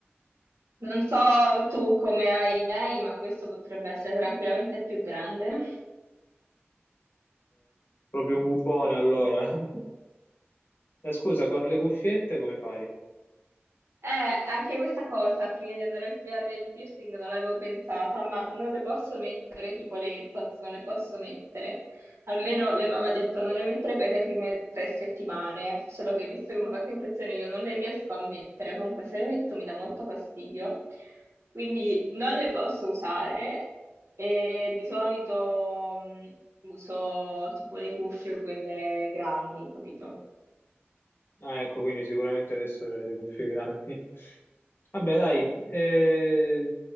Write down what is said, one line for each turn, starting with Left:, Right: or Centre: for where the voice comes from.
Right: Non so tu come hai idee, ma questo potrebbe essere tranquillamente più grande.
Left: proprio un bubone allora. <laughs> Eh, scusa, con le cuffiette come fai?
Right: Eh, anche questa cosa, prima di andare a fare il piercing non l'avevo pensata, ma non le posso mettere, tipo le AirPods non le posso mettere. Almeno lei mi aveva detto non le mettere per le prime tre settimane, solo che visto che mi ha fatto infezione io non le riesco a mettere, comunque se le metto mi dà molto fastidio, quindi non le posso usare e di solito mh, uso tipo le cuffie quelle grandi, capito?
Left: Ah, ecco, quindi sicuramente adesso hai le cuffie grandi. <laughs> Vabbè, dai, eh,